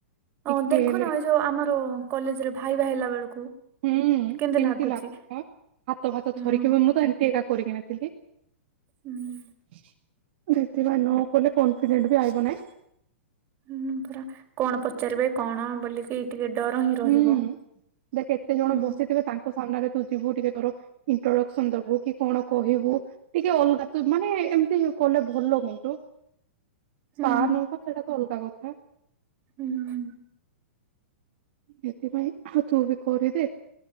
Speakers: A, on the right (about 55°); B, on the right (about 30°).
A: ଟିକେ
B: ଅ ଦେଖୁନ
A: ହେଲେ
B: ଏଇ ଯୋଉ ଆମର କଲେଜରେ ଭାଇବା ହେଲା ବେଳକୁ।
A: ହୁଁ
B: କେମିତି
A: କେମୀତି
B: ଲାଗୁଛି
A: ଲାଗବ ହାତ ଫାତ
B: ହୁଁ
A: ଥରିକି ମ-ମୁଁ ତ ଏମିତି ଏକା କରିକିିଣାଥିଲି।
B: ହୁଁ।
A: ସେଥିପାଇଁ ନ କହିଲେ କନଫିଡେଣ୍ଟ ବି ଆଇବ ନାହିଁ।
B: ହୁଁ ପରା କଣ ପଚାରିବେ କଣ ବୋଲିକି ଟିକେ ଡର ହିଁ ରହିବ।
A: ହୁଁ ଦେଖ କେତେ ଜଣ
B: ହୁଁ
A: ବସିଥିବେ ତାଙ୍କ ସାମ୍ନାରେ ତୁ ଯିବୁ ଟିକେ ତୋର। ଇଣ୍ଟ୍ରୋଡକ୍ସନ ଦବୁ କି କଣ କହିବୁ। ଟିକେ ଅଲଗା ତୁ ମାନେ ଏମିତି କଲେ ଭଲ କିନ୍ତୁ।
B: ହୁଁ
A: ପାର ନୌକା ସେଟା ତ ଅଲଗା କଥା।
B: ହୁଁ।
A: ସେଥିପାଇଁ ଆଉ ତୁ ବି କରିଦେ